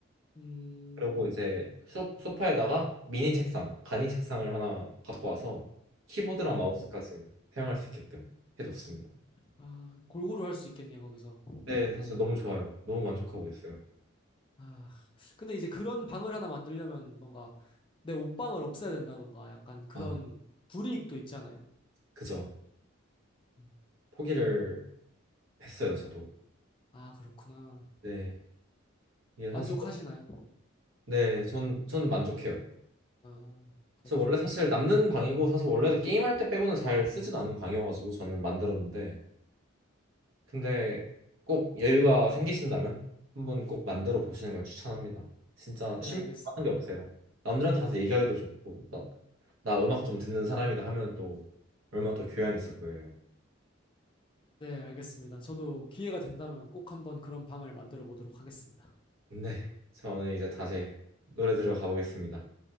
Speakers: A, on the left; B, on the right.
A: 음,
B: 그리고 이제 소, 소파에다가 미니 책상, 간이 책상을 하나 갖고 와서 키보드랑
A: 음.
B: 마우스까지 사용할 수 있게끔 해뒀습니다.
A: 아, 골고루 할 수 있겠네요, 거기서.
B: 네, 사실 너무 좋아요. 너무 만족하고 있어요.
A: 아, 근데 이제 그런 방을 하나 만들려면 뭔가 내 옷방을 없애야 된다던가 약간 그런
B: 아,
A: 불이익도 있잖아요.
B: 그죠.
A: 음.
B: 포기를 했어요, 저도.
A: 아, 그렇구나.
B: 네, 이게 사실,
A: 만족하시나요?
B: 네, 전, 전 만족해요.
A: 아, 그렇군.
B: 저 원래 사실 남는 방이고, 사실 원래도 게임할 때 빼고는 잘 쓰진 않는 방이어가지고 저는 만들었는데, 근데 꼭 여유가 생기신다면 한번 꼭 만들어 보시는 걸 추천합니다. 진짜
A: 네,
B: 취미하는
A: 알겠습니다.
B: 게 없어요. 남들한테 가서 얘기하기도 좋고 나, 나 음악 좀 듣는 사람이다 하면 또 얼마나 또 교양 있어 보여요.
A: 네, 알겠습니다. 저도 기회가 된다면 꼭 한번 그런 방을 만들어 보도록 하겠습니다.
B: 네, 저는 이제 다시 노래 들으러 가보겠습니다.